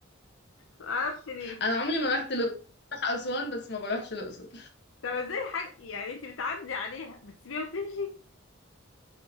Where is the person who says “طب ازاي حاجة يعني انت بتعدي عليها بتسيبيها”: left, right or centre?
Left